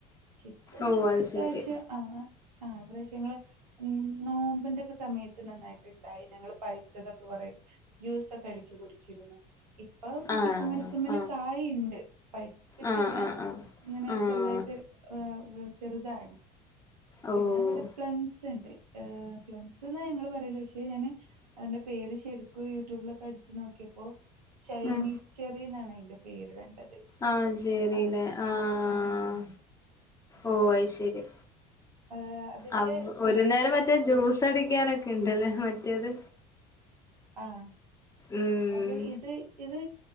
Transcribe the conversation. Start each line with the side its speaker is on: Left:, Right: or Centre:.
Right: ചി ക്കൂ
Left: ഓ അത്
Right: ഇപ്രാവശ്യം
Left: ശരി
Right: ആഹ്, ആഹ് ഇപ്രാവശ്യം ഞങ്ങള് ഉം നോമ്പിന്റെക്കെ സമയത്ത് നന്നായിട്ട്ണ്ടായി ഞങ്ങള് പഴുത്തതൊക്കെ കൊറെ ജ്യൂസൊക്കെ അടിച്ചു കുടിച്ചിരുന്നു. ഇപ്പം
Left: ആ
Right: ചിക്കു മര ത്ത്മ്മല്
Left: ആ
Right: കായുണ്ട്, പഴുത്തിട്ടില്ല.
Left: ആഹ് ആഹ് ആഹ്
Right: ഇങ്ങനെ
Left: ആഹ്
Right: ചെറുതായിട്ട് ഏഹ്‌ വെ ചെറുതാണ്.
Left: ഓഹ്
Right: പിന്നെ ഇവിടെ പ്ലംസ് ഇണ്ട്, ഏഹ് പ്ലംസ്ന്നാ ഞങ്ങള് പറയല് പക്ഷെ ഞാന് അതിന്റെ പേര് ശരിക്ക്ക് യൂട്യൂബിലൊക്കെ അടിച്ചു നോക്കിയപ്പോൾ ചൈനീസ്
Left: ഉം
Right: ചെറി എന്നാണ് അയിന്റെ പേര് കണ്ടത്.
Left: ആഹ് ചെറീല്ലേ
Right: ആ
Left: ആഹ്
Right: ആ ആ
Left: ഓഹ്,
Right: അത്
Left: അഹ് ശരി
Right: ഏഹ് അതിന്റെ
Left: അപ്പൊ ഒരു
Right: ടേസ്റ്റ്
Left: നേരം മറ്റേ ജ്യൂസ് സടിക്കാനൊക്കെ ഇണ്ടല്ലേ മറ്റേത്.
Right: ആഹ്,
Left: ഉം
Right: അപ്പൊ ഇത്, ഇത്